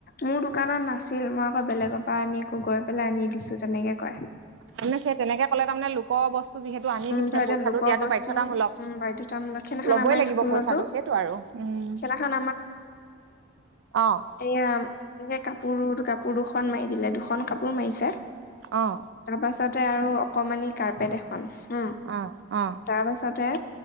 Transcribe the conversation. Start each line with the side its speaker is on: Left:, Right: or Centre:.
Left: মোৰ দোকানত নাছিল মই আকৌ বেলেগৰ পৰা আনি আকৌ গৈ পেলাই আনি দিছো তেনেকে কই।
Right: তেনেকেই তেনেকে ক'লে তাৰমানে লোকৰ বস্তু যিহেতু টো আনি
Left: উম,
Right: দিছে
Left: ধৰ এতিয়া
Right: পইচাটো
Left: লোকৰ
Right: দিয়াতো
Left: বস্তু
Right: বাধ্যতামূলক।
Left: উম, বাধ্যতামূলক সেইদিনাখন
Right: ল'বই
Left: আমাৰ
Right: লাগিব
Left: স্কুলতো
Right: পইচাটো। সেইটো আৰু উম,
Left: সেইদিনাখন
Right: অ',।
Left: এয়া এনে কাপোৰো- কাপোৰ দুখন মাৰি দিলে, দুখন কাপোৰ মাৰিছে।
Right: অ',।
Left: তাৰ পাছতে আৰু অকমানি কাৰ্পেট এখন, উম।
Right: অ', অ'।
Left: তাৰ পাছতে